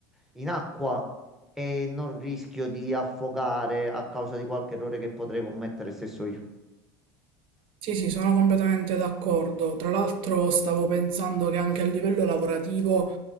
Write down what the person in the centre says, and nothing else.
in acqua e non rischio di affogare a causa di qualche errore che potrei commettere stesso io.